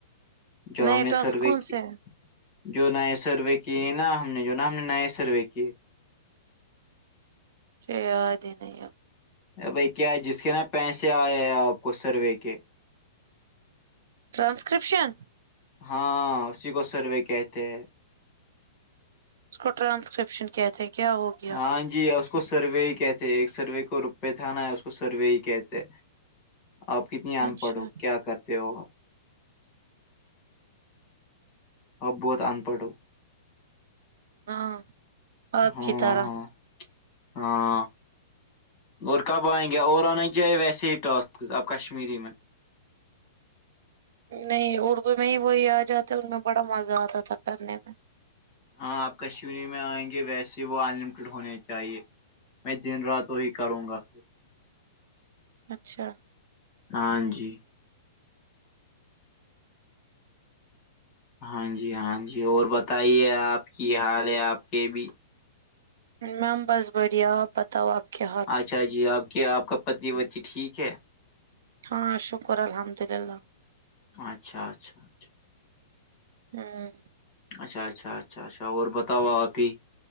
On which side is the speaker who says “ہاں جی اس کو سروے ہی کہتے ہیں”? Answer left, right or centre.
Left